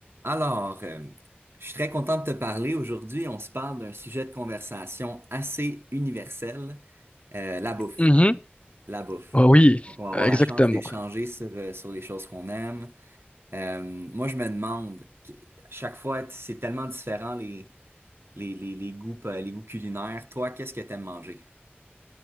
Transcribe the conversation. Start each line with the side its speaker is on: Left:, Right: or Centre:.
Right: Alors, euh, je suis très content de te parler. Aujourd'hui, on se parle d'un sujet de conversation assez universel, euh, la bouffe.
Left: Mhm.
Right: La bouffe.
Left: Oh oui,
Right: Donc, on va avoir
Left: exactement.
Right: la chance d'échanger sur, euh, sur les choses qu'on aime. Euh, moi, je me demande, qu- à chaque fois, c'est tellement différent les, les, les, les goûts, euh, les goûts culinaires. Toi, qu'est-ce que t'aimes manger?